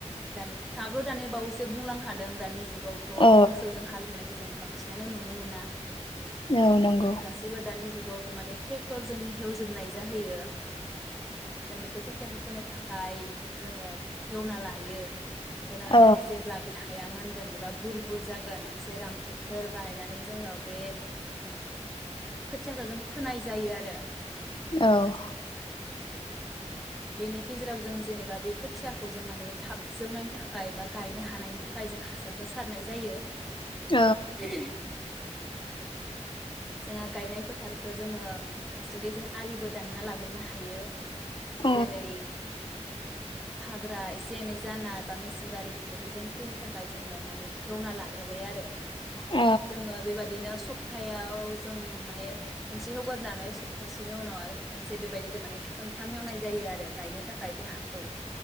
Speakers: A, in the centre; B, on the left.
A: दानि नोंथाङाबो दानि बावैसो बुंलांखादों दानि जुग जुगावथ'
B: औ
A: मोसौजों हालेवनायखौ जों बांसिनानो नुनो मोना
B: औ नंगौ
A: जों गासिबो दानि जुग जुगावथ' माने ट्रेक्टरजोंनो हेवजोबनाय जाहैयो जों बेखौ खोथियाखौ फोनो थाखाय जोङो एवना लायो एवना
B: औ
A: लानानै जेबोब्ला बेहाय हाया मोनगोन एबा बुर- बुर जागोन जेरामफोर बानायनानै जोङो बे खोथियाखौ जों फोनाय जायो आरो
B: औ
A: बेनि गेजेराव जों जेनेबा बे खोथियाखौ जों माने थाब जौनायनि थाखाय बा गायनो हानायनि थाखाय जों हासारबो सारनाय जायो
B: औ
A: <unintelligible> जोंहा गायनाय फोथारखौ जोङो फासुगे जों आलिबो दानना लाग्रोनो हायो
B: औ
A: जेरै हाग्रा एसे एनै जाना बा मेसें गालि बेफोरखौ जों थैनो थाखाय जोङो माने एवना लाग्रोबाय आरो
B: औ
A: जोङो बेबादिनो स सप्तायाव जों माने खनसे ऐवगारनानै सप्तासेनि उनाव आरो खनसे बेबायदि जों माने खनथाम हवनाय जायो आरो गायनो थाखाय बे हाखौ